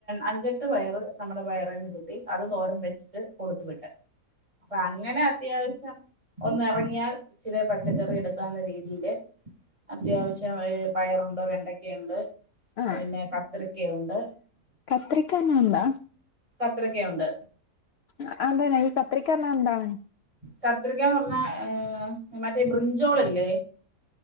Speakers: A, on the right (about 20°); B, on the left (about 70°).
A: അഞ്ചെട്ട് പയറ് നമ്മടെ പയറേന്ന് കിട്ടി അത് തോരൻ വെച്ചിട്ട് കൊടുത്തു വിട്ടത് അപ്പൊ അങ്ങനെ അ അത്യാവശ്യം ഒന്നെറങ്ങിയാൽ ഇച്ചിരി പച്ചക്കറി എടു ത്താന്ന രീതില് അത്യാവശ്യം പയറുണ്ട് വെണ്ടക്കയുണ്ട്
B: ആഹ്
A: പിന്നെ കത്രിക്കയുണ്ട്
B: കത്രിക്ക പറഞ്ഞാ എന്താ
A: കത്രിക്കയുണ്ട്.
B: ആഹ് അന്തെണ് ഈ കത്രിക്ക എന്നാ എന്താണ്?
A: കാത്രിക്കാന്ന് പറഞ്ഞാ ഏഹ് മറ്റേ ബ്രിഞ്ചോളില്ലേ